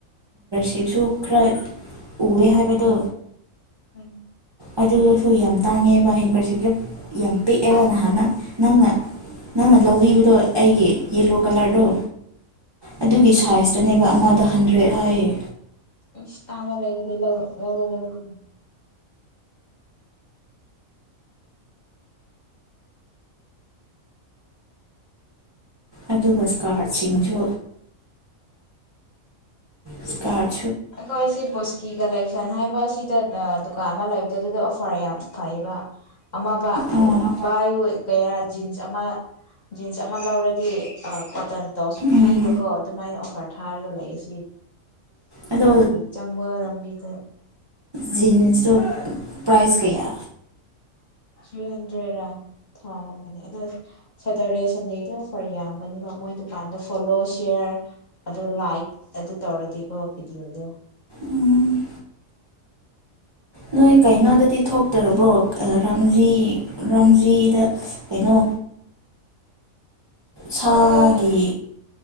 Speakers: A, on the right; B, on the left.
A: ꯀꯞꯁꯨ ꯈꯔ ꯎꯋꯦ ꯍꯥꯏꯕꯗꯣ
B: ꯎꯝ
A: ꯑꯗꯨꯗꯁꯨ ꯌꯥꯝ ꯇꯥꯡꯉꯦꯕ ꯍꯤꯡꯀꯠꯁꯦ ꯄꯨꯂꯞ ꯌꯥꯝ ꯄꯤꯛꯑꯦꯕ
B: ꯑꯁ
A: ꯅꯍꯥꯟ ꯅꯪ ꯅꯪꯅ ꯅꯪꯅ ꯂꯧꯕꯤꯕꯗꯣ ꯑꯩꯒꯤ ꯌꯦꯂꯣ ꯀꯂꯔꯗꯣ ꯑꯗꯨꯒꯤꯁꯨ ꯁꯥꯏꯖꯇꯨꯅꯦꯕ ꯑꯃꯗ ꯍꯟꯗ꯭ꯔꯦꯠ ꯍꯥꯏꯌꯦ
B: ꯏꯁꯥꯃ ꯂꯩ ꯂꯩꯗꯤ ꯂ ꯂꯒ
A: ꯑꯗꯨꯒ ꯏꯁꯀꯥꯔꯠꯁꯤꯡꯁꯨ ꯏꯁꯥꯔ
B: ꯑꯩꯈꯣꯏ ꯁꯤ ꯕꯁꯀꯤ ꯀꯂꯦꯛꯁꯟ ꯍꯥꯏꯕ ꯁꯤꯗ ꯗꯨꯀꯥꯟ ꯑꯃ ꯂꯩꯕꯗ ꯑꯗꯨꯗ ꯑꯣꯐꯔ ꯌꯥꯝ ꯐꯩꯕ ꯑꯃꯕ
A: ꯑꯥ
B: ꯕꯥꯏ ꯀꯔꯥ ꯖꯤꯟꯁ ꯑꯃ ꯖꯤꯟꯁ ꯑꯃ ꯂꯧꯔꯗꯤ ꯀꯣꯇꯟ ꯇꯣꯁ ꯐ꯭ꯔꯤꯗꯀꯣ
A: ꯎꯝ
B: ꯑꯗꯨꯃꯥꯏꯅ ꯑꯣꯐꯔ ꯊꯥꯔꯒ ꯂꯩ ꯁꯤ
A: ꯑꯗꯣ
B: ꯆꯪꯕ ꯂꯝꯕꯤꯗ
A: ꯖꯤꯤꯟꯁꯁꯨ ꯄ꯭ꯔꯥꯏꯖ ꯀꯩꯌꯥ
B: ꯊ꯭ꯔꯤ ꯍꯟꯗ꯭ꯔꯦꯗ ꯊꯥꯔꯝꯕꯅꯦ ꯑꯗꯣ ꯁꯦꯇꯔꯗꯦ ꯁꯟꯗꯦꯗ ꯑꯣꯐꯔ ꯌꯥꯝꯕꯅꯤꯀ ꯃꯣꯏ ꯗꯨꯀꯥꯟꯗ ꯐꯣꯂꯣ ꯁꯤꯌꯥꯔ ꯑꯗꯨꯗ ꯂꯥꯏꯛ ꯑꯗꯨ ꯇꯧꯔꯗꯤꯀꯣ ꯚꯤꯗꯤꯑꯣꯗꯣ
A: ꯎꯝ ꯅꯣꯏ ꯀꯩꯅꯣꯗꯗꯤ ꯊꯣꯛꯇꯔꯕ꯭ꯔꯣ ꯔꯥꯖꯤ ꯔꯥꯖꯤꯗ ꯀꯩꯅꯣ ꯁꯥꯒꯤ
B: ꯊꯣꯛꯇꯦ